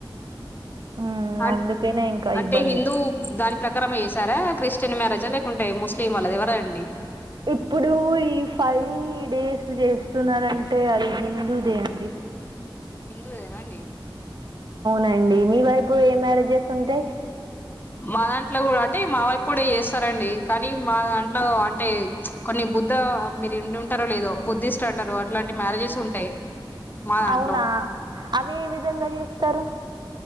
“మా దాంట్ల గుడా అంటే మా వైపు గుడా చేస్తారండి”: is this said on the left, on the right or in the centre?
Left